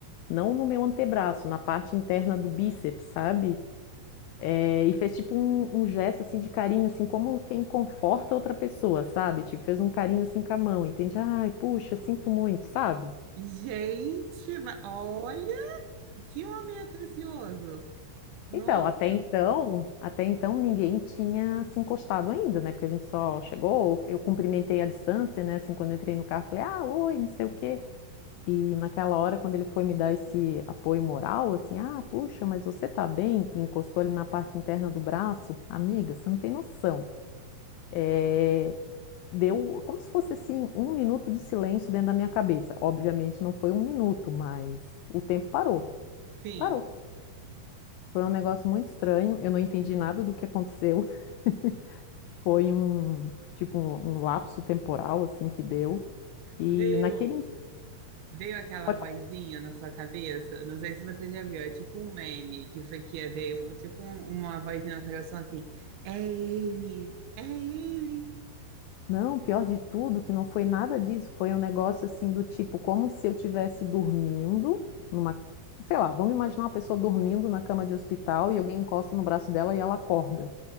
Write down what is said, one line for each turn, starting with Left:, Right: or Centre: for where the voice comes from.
Left: não no meu antebraço, na parte interna do bíceps, sabe? É, e fez tipo um, um gesto assim de carinho, assim como quem conforta outra pessoa, sabe? Tipo, fez um carinho assim com a mão, entende? Ai, puxa, sinto muito, sabe?
Right: Gente, ma- olha que homem atencioso. Nossa,
Left: Então, até então, até então ninguém tinha se encostado ainda, né? Porque a gente só chegou, eu cumprimentei à distância, né? Assim, quando eu entrei no carro, falei, ah, oi, não sei o quê. E naquela hora, quando ele foi me dar esse apoio moral, assim, ah, puxa, mas você tá bem? E encostou ali na parte interna do braço, amiga, você não tem noção. É, deu como se fosse assim um minuto de silêncio dentro da minha cabeça. Obviamente não foi um minuto, mas o tempo parou,
Right: sim.
Left: parou. Foi um negócio muito estranho, eu não entendi nada do que aconteceu. <laughs> Foi um, tipo, um, um lapso temporal, assim, que deu. E
Right: Veio
Left: naquele. inst-
Right: veio aquela
Left: pode
Right: vozinha
Left: falar.
Right: na sua cabeça, não sei se você já viu, é tipo um meme que foi que é, veio, um, tipo um- uma vozinha na sua cabeça falando assim: "É ele, é ele".
Left: Não, pior de tudo, que não foi nada disso. Foi um negócio, assim, do tipo, como se eu estivesse dormindo numa. Sei lá, vamos imaginar uma pessoa dormindo na cama de hospital e alguém encosta no braço dela e ela acorda,